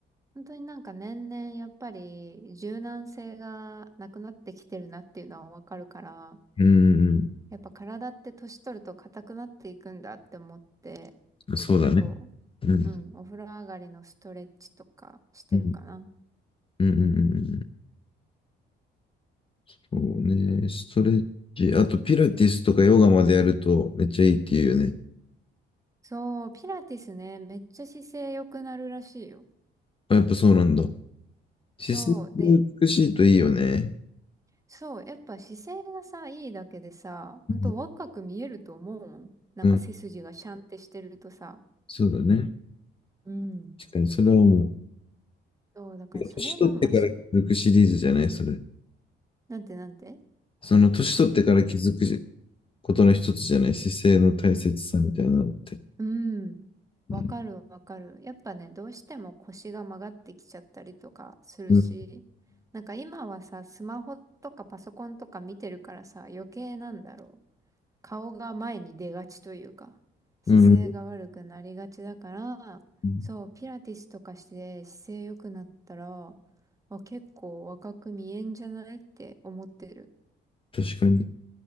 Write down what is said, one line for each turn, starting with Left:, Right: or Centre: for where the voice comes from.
Right: 本当になんか年々やっぱり柔軟性がなくなってきてるなっていうのはわかるから、
Left: うんうん
Right: やっぱ体って年取ると硬くなっていくんだって思って、
Left: うん。そうだね。
Right: 結構、
Left: うん。
Right: うん、お風呂上がりのストレッチとかしてるかな。
Left: うん。うんうんうんうん。そうね。ストレッチ。あと、ピラティスとかヨガまでやるとめっちゃいいっていうよね。
Right: そう、ピラティスね、めっちゃ姿勢良くなるらしいよ。
Left: あやっぱそうなんだ。姿勢が美しいといいよね。
Right: そう。で、そう、やっぱ姿勢がさ、いいだけでさ、ほんと若く見えると思うもん。
Left: うん。
Right: なんか背筋がシャンってしてるとさ。
Left: うんそうだね。
Right: うん。
Left: 確かに、それはもう。
Right: そう、だからそれもマシン、
Left: 年取ってから気づくシリーズじゃないそれ。
Right: なんてなんて
Left: その年取ってから気づくことの一つじゃない姿勢の大切さみたいなのって。
Right: うん、わかるわかる。
Left: うん。
Right: やっぱね、どうしても腰が曲がってきちゃったりとかするし、
Left: うん。
Right: なんか今はさ、スマホとかパソコンとか見てるからさ、余計なんだろう。顔が前に出がちというか、姿勢が悪くなりがちだから、
Left: うんうん
Right: そう、ピラティスとかして姿勢良くなったら、あ、結構若く見えんじゃないって思ってる。
Left: 確かに。